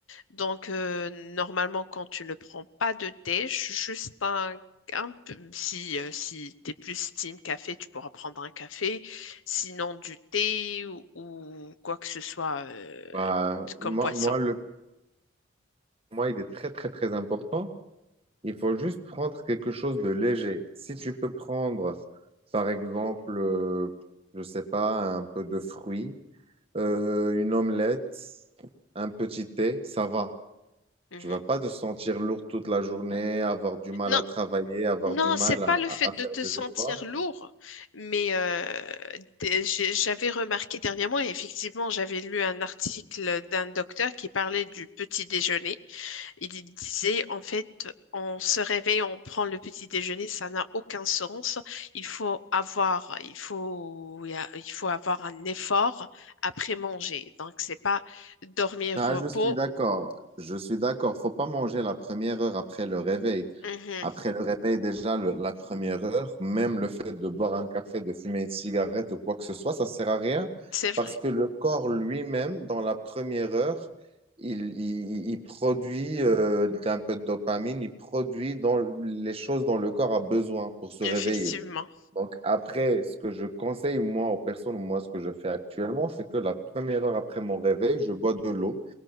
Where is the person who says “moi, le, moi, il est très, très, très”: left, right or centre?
Right